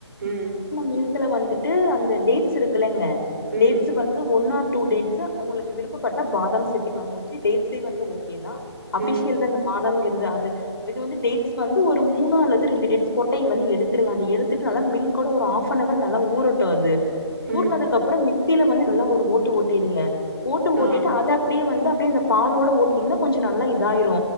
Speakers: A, on the right; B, on the left.
A: உம்
B: மில்க்குல வந்துட்டு அந்த டேட்ஸ் இருக்குல்லங்க
A: ம்
B: டேட்ஸ் வந்து ஒன் ஆர் டூ டேட்ஸ் உங்களுக்கு விருப்பப்பட்ட பாதம் சேத்துக்கலாம் மோஸ்லி டேட்ஸே வந்து ஓ கே தா அபிஷியல்
A: ம்
B: தா இந்த பாதாம்ங்கறது து அது இது வந்து டேட்ஸ் வந்து ஒரு மூணு அல்லது ரெண்டு டேட்ஸ் கொட்டைய வந்து எடுத்துருங்க அத எடுத்துட்டு நல்லா மில்கோட ஒரு ஆஃப் ஹாஃவனவர் நல்லா ஊருட் டாது ஊர்னதுக்கு
A: ம்
B: அப்பறோ மிக் மிக்சில வந்து நல்லா ஒரு ஓட்டு ஓட்டிடுங்க ஓட்டு ஓட்டிட்டு
A: ஆ
B: அத அப்டியே வந் த அப்டியே அந்த பாலோட ஓட்டனீங்கன்னா கொஞ்ச நல்லா இதாயிரு